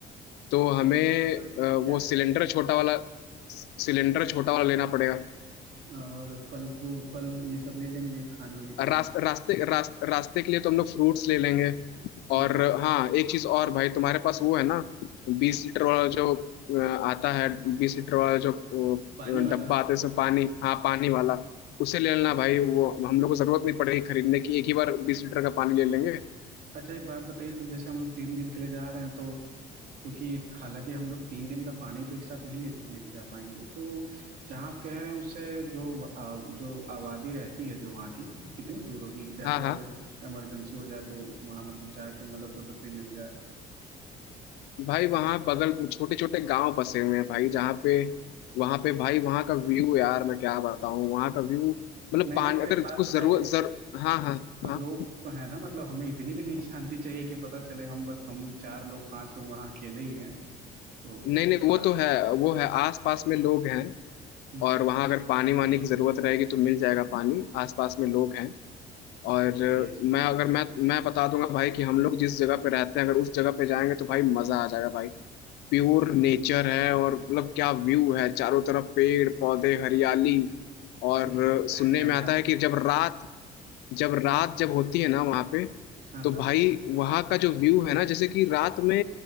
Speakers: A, on the left (about 80°); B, on the right (about 65°).
A: तो हमें
B: तो खाने
A: अ,
B: में क्या
A: वो
B: करें
A: सिलेंडर छोटा वाला सिलेंडर छोटा वाला लेना पड़ेगा
B: और फल फ्रू फल ये सब ले लेंगे खाने होने के
A: रास,
B: लिए से तो
A: रास्ते रास, रास्ते के लिए तो हम लोग फ्रूट्स ले लेंगे
B: हम्म,
A: और
B: हम्म।
A: हाँ एक चीज और भाई तुम्हारे पास वो है ना बीस लीटर वाला जो अ, आता है बीस लीटर वाला जो अ,
B: पानी वाला
A: डब्बा आता है इसमें पानी हाँ पानी वाला उसे ले लेना भाई वो हम लोग को जरूरत नहीं पड़ेगी खरीदने की एक ही बार बीस लीटर का पानी ले लेंगे
B: अच्छा एक बात बताइए तो जैसे हम लोग तीन दिन के लिए जा रहे हैं तो क्योंकि हालांकि हम लोग तीन दिन का पानी तो एक साथ नहीं ले लेके जा पाएंगे तो जहाँ आप कह रहे हैं उससे जो व- आ, जो आबादी रहती है जो वहाँ की कितनी दूर होगी जैसे
A: हाँ हाँ
B: अगर कुछ इमरजेंसी हो जाए तो वहाँ मतलब जाके मदद उदद भी मिल जाए
A: भाई वहाँ बगल छोटे छोटे गांव बसे हुए हैं भाई जहाँ पे वहाँ पे भाई वहाँ का व्यू यार मैं क्या बताऊँ वहाँ का व्यू मतलब
B: नहीं
A: पानी
B: नहीं तो
A: अगर
B: एक बात
A: कुछ
B: बताइए
A: जरूरत जर हाँ हाँ
B: मतलब
A: हाँ
B: लोग तो है ना मतलब हमें इतनी भी नहीं शांति चाहिए कि पता चले हम बस हम चार लोग पांच लोग वहाँ अकेले ही हैं तो
A: नहीं
B: थोड़ा
A: नहीं वो तो है वो है आस पास में लोग हैं
B: हम्म
A: और वहाँ अगर पानी वानी की जरूरत रहेगी तो मिल जाएगा पानी आस पास में लोग हैं और
B: चलिए सही
A: मैं
B: है
A: अगर
B: फिर
A: मैं मैं बता दूंगा भाई कि हम लोग जिस जगह पे रहते हैं अगर उस जगह पे जाएंगे तो भाई मजा आ जाएगा भाई प्योर नेचर है और मतलब क्या व्यू है चारों तरफ पेड़ पौधे हरियाली और
B: <laughs> पहले
A: सुनने
B: हम
A: में आता
B: जान
A: है कि
B: रहे हैं
A: जब रात जब रात जब होती है ना वहाँ पे
B: हाँ
A: तो
B: हाँ
A: भाई वहाँ का जो व्यू है ना जैसे कि रात में